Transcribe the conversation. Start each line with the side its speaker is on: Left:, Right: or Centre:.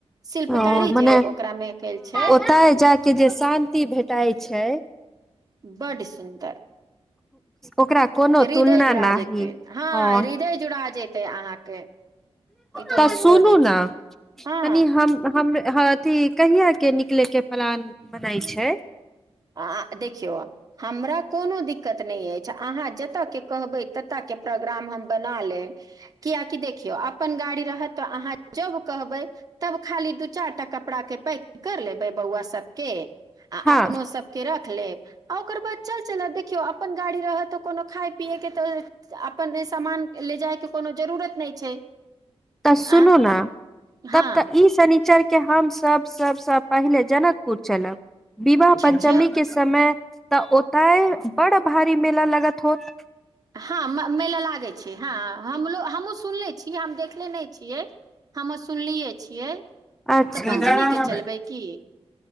Right: शिल्पकारी
Centre: ओ मने
Right: जे ओकरा मे कयल छै
Centre: ओतय जा कऽ जे शान्ति भेटाइ छै
Right: बड्ड सुन्दर
Centre: ओकरा कोनो
Right: हृदय
Centre: तुलना
Right: जुड़ा
Centre: नाही
Right: जेतै
Centre: हँ
Right: हृदय जुड़ा जेतै अहाँके ई तो
Centre: तऽ
Right: हम
Centre: सुनू
Right: कह दै
Centre: ने
Right: छी हँ
Centre: तनि हम हम ह अथी कहिय के निकले के प्लान बनाय छै
Right: आ देखियौ हमरा कोनो दिक्कत नहि अछि अहाँ जतयके कहबइ तत्ताके प्रोग्राम हम बना लेब कियाकी देखियोअपन गारि रहत तऽ अहाँ जब कहबै तब खाली दू चार टा कपड़ा के पैक कर लेबै बौआ सबके आ
Centre: हँ
Right: अपनो सब के रख लेब आ ओकर बाद चल चल देखियौ अपन गाड़ी रहत कोनो खाय पियए के तऽ अपन सामान ले जाय के कोनो जरूरत नहि छै
Centre: तऽ सुनू
Right: आ
Centre: ने
Right: हँ
Centre: तब तऽ ई शनिचरके के हम सभ सबसँ पहिले जनकपुर चलब विवाह
Right: ठीक
Centre: पञ्चमी
Right: छै
Centre: के समय तऽ ओतय बड़ भारी मेला लगत होत
Right: हँ मेला लागैत छै हँ हमो हमहूँ सुनले छी हम देखले नहि छियै हमहु सुनलियै छियै
Centre: अच्छा
Right: तऽ पञ्चमीक के चलबै की